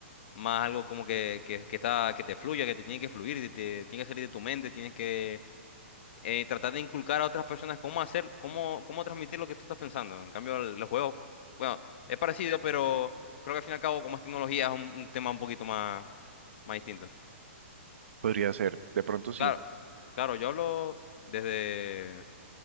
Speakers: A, on the left (about 55°); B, on the right (about 70°).
A: más algo como que, que, que está, que te fluya, que te tiene que fluir, te, te tiene que salir de tu mente, tienes que eh, tratar de inculcar a otras personas cómo hacer, cómo, cómo transmitir lo que tú estás pensando. En cambio, el- los juegos, bueno, es parecido, pero creo que al fin y al cabo, como es tecnología, es un, un tema un poquito más, más distinto.
B: Podría ser, de pronto sí.
A: Claro, claro, yo hablo desde,